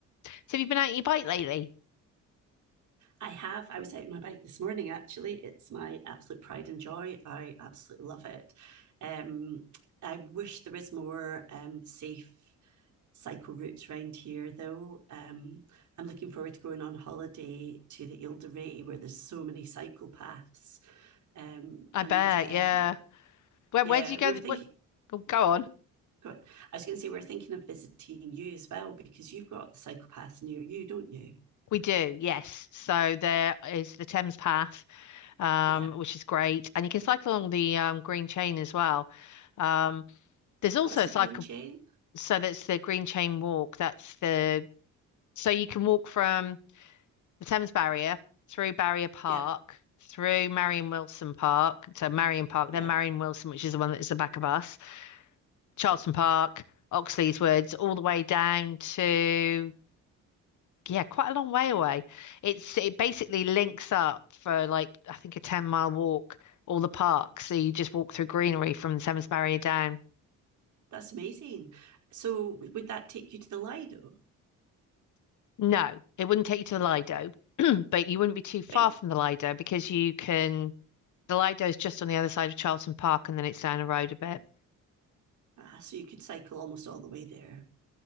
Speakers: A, on the left; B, on the right.
A: So have you been out on your bike lately?
B: I have. I was out on my bike this morning, actually. It's my absolute pride and joy. I absolutely love it. Um, I wish there was more um, safe cycle routes around here, though. Um, I'm looking forward to going on holiday to the Ile de Ré, where there's so many cycle paths. Um,
A: I
B: and
A: bet,
B: um,
A: yeah. Where
B: yeah,
A: where do you
B: we
A: go?
B: were
A: th-
B: thinking.
A: What? Oh, go on.
B: Got, I was going to say we we're thinking of visiting you as well because you've got the cycle path near you, don't you?
A: We do, yes. So there is the Thames Path, um,
B: Yeah.
A: which is great, and you can cycle along the um, Green Chain as well. Um, there's also
B: What's the
A: a cycle,
B: green chain?
A: so that's the Green Chain Walk. That's the so you can walk from the Thames Barrier through Barrier Park,
B: Yeah,
A: through Marion Wilson Park, so Marion Park,
B: yeah.
A: then Marion Wilson, which is the one that's the back of us Charlton Park, Oxley's Woods, all the way down to yeah, quite a long way away. It's it basically links up for like I think a 10 mile walk all the parks. So you just walk through greenery from the Thames Barrier down.
B: That's amazing. So would that take you to the Lido?
A: No, it wouldn't take you to the Lido, <clears throat> but you wouldn't be too far
B: Right.
A: from the Lido because you can the Lido is just on the other side of Charlton Park and then it's down the road a bit.
B: Ah, so you could cycle almost all the way there.